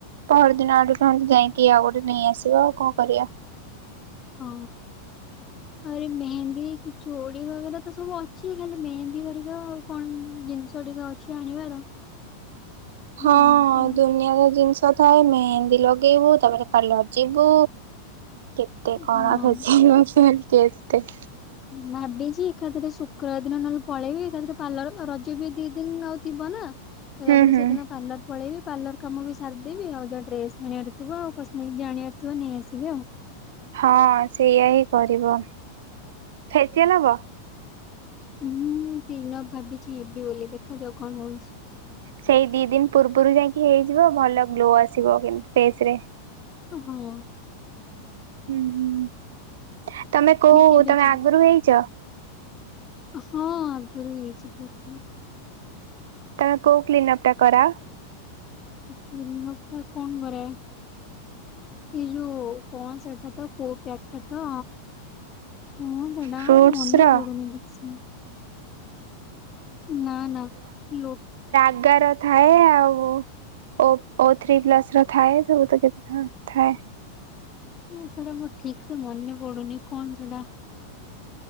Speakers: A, on the right; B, on the left.
A: ପହର ଦିନ ଆଡୁ ନହେଲେ ଯାଇକି ଆଉ ଗୋଟେ ନେଇ ଆସିବା ଆଉ କଣ କରିବା।
B: ହଁ ଆହୁରି ମେହେନ୍ଦୀ କି ଚୂଡି ବଗେରା ତ ସବୁ ଅଛି। ଖାଲି ମେହେନ୍ଦୀ ହେରିକା ଆଉ କଣ ଜିନିଷ ଟିକେ ଅଛି ଆଣିବାର।
A: ହଁ
B: ଯାଇକି ଆଉ
A: ଦୁନିଆ ତ ଜିନିଷ ଥାଏ ମେହେନ୍ଦୀ ଲଗେଇବୁ ତାପରେ ପାର୍ଲର ଯିବୁ କେତେ କଣ
B: ହଁ।
A: ଫେସିଆଲ୍। <unintelligible> କେତେ?
B: ଭାବିଛି ଏକାଥରେ ଶୁକ୍ରବାର ଦିନ ନହେଲେ ପଳେଇବି। ଏକାଥରେ ପାର୍ଲର ରଜ ବି ଦି ଦିନ ଆଉ ଥିବ ନା। ଏକାଥରେ
A: ହୁଁ ହୁଁ
B: ସେଦିନ ପାର୍ଲର ପଳେଇବି ପାର୍ଲର କାମ ବି ସାରିଦେବିମ ଆଉ ଯା ଡ୍ରେସ୍ କିଣିବାର ଥିବ ଆଉ କସମେଟିକ୍ ଯାହା ଆଣିବାର ଥିବ ନେଇ ଆସିବି ଆଉ।
A: ହଁ ସେଇଆ ହିଁ କରିବ। ଫେସିଆଲ୍ ହବ?
B: ମୁଁ କ୍ଲିନ୍ ଅପ୍ ଭାବିଛି ହେବି ବୋଲି ଦେଖାଯାଉ କଣ ହଉଛି।
A: ସେଇ ଦି ଦିନ ପୂର୍ବରୁ ଯାଇକି ହେଇଯିବ ଭଲ ଗ୍ଲୋ ଆସିବ ଯେମିତି ଫେସ୍ ରେ।
B: ହଁ।
A: ହୁଁ ହୁଁ। ତମେ କୋଉ
B: କେବେ
A: ତମେ
B: ଯିବ
A: ଆଗରୁ ହେଇଛ?
B: ହଁ ଆଗରୁ ହେଇଛି ବହୁତ ଥର।
A: ତମେ କୋଉ କ୍ଲିନଅପ୍ ଟା କରାଅ?
B: କ୍ଲିନ୍ ଅପ୍ ଟା କଣ କରେ? ଏଇ ଯୋଉ କଣ ସେଟା ତ କୋଉ କ୍ୟାକ୍ଟା ତ ହଁ ସେଟା
A: ଫ୍ରୁଟସ
B: ଆଉ ମନେ
A: ର
B: ପଡୁନି ଠିକ୍ ସେ। ନା ନା ଲୋ
A: ରାଗା ର ଥାଏ ଆଉ ଓ ଓ ଥ୍ରୀ ପ୍ଲସ୍ ର ଥାଏ ସବୁ ତ କେତେ ଥାଏ।
B: ହଁ ସେଟା ମୋର ଠିକ୍ ସେ ମନେ ପଡୁନି କଣ ସେଟା